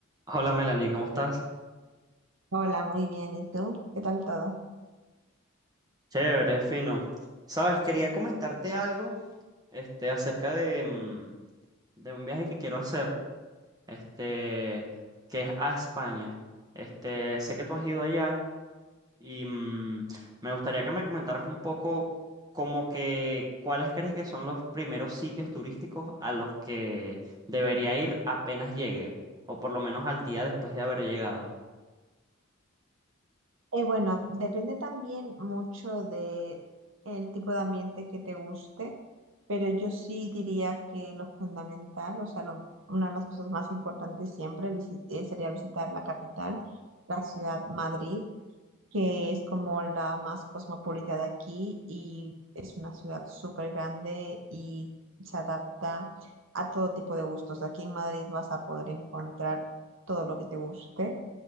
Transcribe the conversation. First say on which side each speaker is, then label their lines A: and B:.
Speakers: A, on the right (about 20°); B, on the right (about 65°).
A: Hola Melanie, ¿cómo estás?
B: Hola, muy bien. ¿Y tú? ¿Qué tal todo?
A: Chévere, fino. Sabes, quería comentarte algo, este, acerca de, mm, de un viaje que quiero hacer, este, que es a España. Este, sé que tú has ido allá y mm, me gustaría que me comentaras un poco como que cuáles crees que son los primeros sitios turísticos a los que debería ir apenas llegue, o por lo menos al día después de haber llegado.
B: Eh, bueno, depende también mucho de el tipo de ambiente que te guste, pero yo sí diría que lo fundamental, o sea, lo- una de las cosas más importantes siempre visi- eh, sería visitar la capital, la ciudad Madrid, que es como la más cosmopolita de aquí y es una ciudad súper grande y se adapta a todo tipo de gustos. Aquí en Madrid vas a poder encontrar todo lo que te guste.